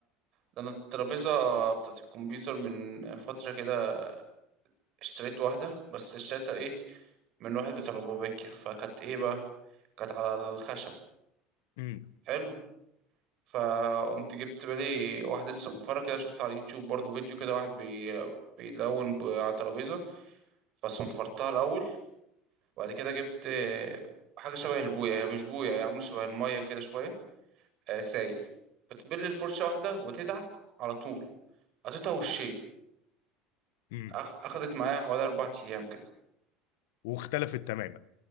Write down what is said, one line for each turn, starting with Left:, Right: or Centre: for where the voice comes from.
Right: ده انا الترابيزه بتاعت الكمبيوتر من فتره كده اشتريت واحده بس اشتريتها ايه من واحد بتاع روبوبيكيا فكانت ايه بقى كانت على الخشب
Left: امم
Right: حلو فقمت جبت بالي واحده صنفره كده شفت على اليوتيوب برضه فيديو كده واحد بي... بيلون ب- على ترابيزه فصنفرتها الاول وبعد كده جبت حاجه شبه البويه هي مش بويه هي عامله شبه الميه كده شويه آه سايل بتبل الفرشة واحدة وتدعك على طول قطعتها وشين
Left: امم
Right: أخ... أخدت معايا حوالي أربع أيام كده
Left: واختلفت تماما